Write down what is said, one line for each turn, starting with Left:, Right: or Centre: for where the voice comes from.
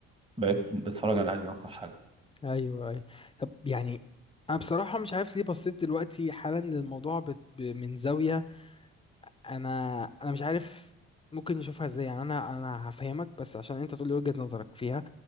Right: بقيت
Left: مم.
Right: بتفرج على الانمي اكتر حاجه
Left: ايوه ايوه طب يعني انا بصراحه مش عارف ليه بصيت دلوقتي حالا للموضوع بت... ب... من زاويه انا انا مش عارف ممكن نشوفها ازاي يعني انا انا هفهمك بس عشان انت تقول لي وجهة نظرك فيها